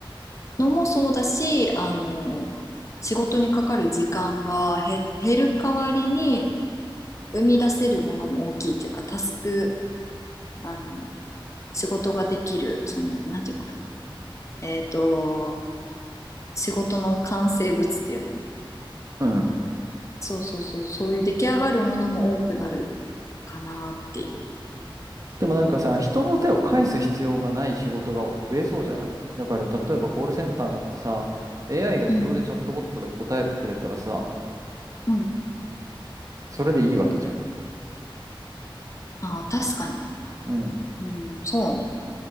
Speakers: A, on the left (about 35°); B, on the right (about 40°).
A: のもそうだし、あの、仕事にかかる時間が減減る代わりに、生み出せるものも大きいというか、タスク、あの、仕事ができる、その、なんていうのかな。えっと、仕事の完成物っていうの。
B: うん。
A: そうそうそう、そういう出来上がるものも多くなるかなっていう。
B: でもなんかさ、人の手を介す必要がない仕事が増えそうじゃないだから例えばコールセンターなんてさ、AI が自動でチャットボットで答えてくれたらさ、
A: うん、うん。
B: それでいいわけじゃん。
A: ああ、確かに。
B: うん。
A: うん、そうね。